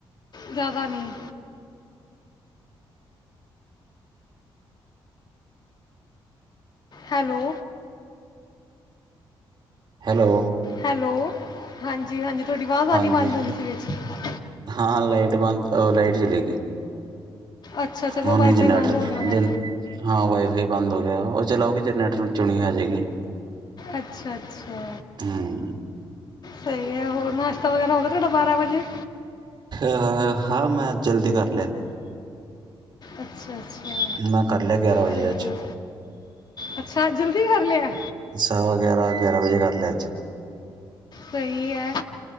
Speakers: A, on the left; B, on the right.
A: ਜ਼ਿਆਦਾ ਨੀਂ। ਹੈਲੋ
B: ਹੈਲੋ
A: ਹੈਲੋ, ਹਾਂਜੀ-ਹਾਂਜੀ ਤੁਹਾਡੀ ਆਵਾਜ਼
B: ਹਾਂਜੀ
A: ਆਣੀ ਬੰਦ ਹੋ ਗਈ ਸੀ ਵਿੱਚ।
B: ਹਾਂ ਲਾਈਟ ਬੰਦ, ਅ ਲਾਈਟ ਚਲੀ ਗਈ।
A: ਅੱਛਾ ਅੱਛਾ ਫਿਰ
B: ਉਹਨੂੰ
A: ਵਾਈਫਾਈ
B: ਜਨੈਟਰ
A: ਬੰਦ ਹੋ ਗਿਆ ਹੋਣਾ
B: ਜਨ, ਹਾਂ ਵਾਈਫਾਈ ਬੰਦ ਹੋ ਗਿਆ ਉਹ ਚਲਾਓਗੇ ਜਰਨੇਟਰ ਨੂੰ। ਚੁਣੀ ਆਂ ਜਾਏਗੀ।
A: ਅੱਛਾ-ਅੱਛਾ।
B: ਹੂੰ।
A: ਸਹੀ ਹੈ, ਹੋਰ ਨਾਸ਼ਤਾ ਵਗੈਰਾ ਹੋ ਗਿਆ ਤੁਹਾਡਾ ਬਾਰਾਂ ਵਜੇ?
B: ਆਹ, ਹਾਂ ਮੈਂ ਜਲਦੀ ਕਰ ਲਿਆ।
A: ਅੱਛਾ-ਅੱਛਾ।
B: ਮੈਂ ਕਰ ਲਿਆ ਗਿਆਰਾਂ ਵਜੇ
A: ਸਹੀ
B: ਅੱਜ
A: ਹੈ ਅੱਛਾ, ਅੱਜ ਜਲਦੀ ਕਰ ਲਿਆ।
B: ਸਵਾ-ਗਿਆਰਾਂ, ਗਿਆਰਾਂ ਵਜੇ ਕਰ ਲਿਆ ਅੱਜ।
A: ਸਹੀ ਹੈ।